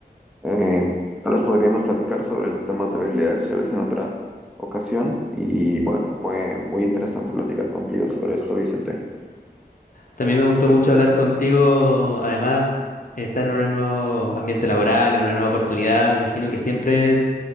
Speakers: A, in the centre; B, on the left.
A: Eh, tal vez podríamos platicar sobre los temas de habilidades sociales en otra ocasión y bueno, fue muy interesante platicar contigo sobre esto, Vicente.
B: También me gustó mucho hablar contigo. Además, estar en un nuevo ambiente laboral, en una nueva oportunidad, me imagino que siempre es,